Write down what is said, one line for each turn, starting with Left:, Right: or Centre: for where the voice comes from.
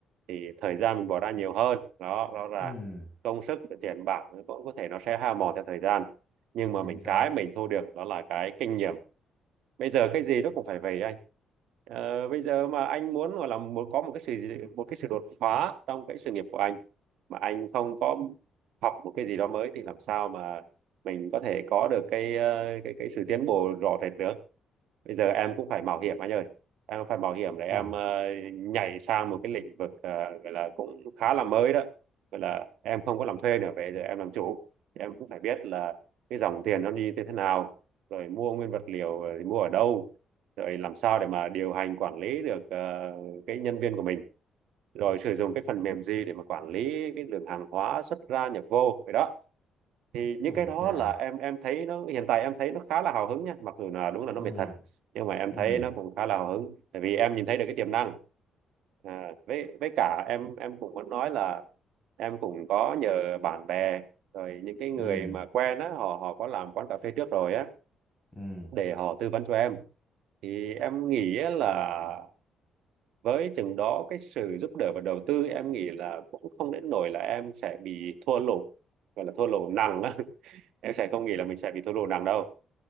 Right: thì thời gian mình bỏ ra nhiều hơn đó rõ ràng
Left: ừ
Right: công sức tiền bạc nó cũng có thể nó sẽ hao mòn theo thời gian nhưng mà
Left: chính
Right: mình
Left: xác
Right: cái mình thu được đó là cái kinh nghiệm bây giờ cái gì nó cũng phải vậy anh Ờ, bây giờ mà anh muốn gọi là muốn có một cái sự gì- một cái sự đột phá trong cái sự nghiệp của anh mà anh không có học một cái gì đó mới thì làm sao mà mình có thể có được cái ờ, cái cái sự tiến bộ rõ rệt được bây giờ em cũng phải mạo hiểm anh ơi em phải mạo hiểm để em
Left: Ừ.
Right: ờ, nhảy sang một cái lĩnh vực ờ, gọi là cũng khá là mới đó gọi là em không có làm thuê nữa bây giờ em làm chủ thì em cũng phải biết là cái dòng tiền nó đi như thế nào rồi mua nguyên vật liệu ờ, thì mua ở đâu rồi làm sao để mà điều hành quản lý được ờ, cái nhân viên của mình rồi sử dụng cái phần mềm gì để mà quản lý cái lượng hàng hóa xuất ra nhập vô vậy đó thì những
Left: Ui
Right: cái đó
Left: chà,
Right: là em em thấy nó hiện tại em thấy nó khá là hào hứng nha mặc dù là đúng là nó
Left: ừ,
Right: mệt thật nhưng mà em
Left: ừ,
Right: thấy nó cũng khá là hào hứng tại vì em nhìn thấy được cái tiềm năng à, với với cả em em cũng muốn nói là em cũng có nhờ bạn bè rồi những cái người
Left: ừ,
Right: mà quen á họ họ có làm quán cà phê trước rồi á
Left: ừ.
Right: để họ tư vấn cho em thì em nghĩ á là với chừng đó cái sự giúp đỡ và đầu tư em nghĩ là cũng không đến nỗi là em sẽ bị thua lỗ gọi là thua lỗ nặng á <laughs> em sẽ không nghĩ là mình sẽ bị thua lỗ nặng đâu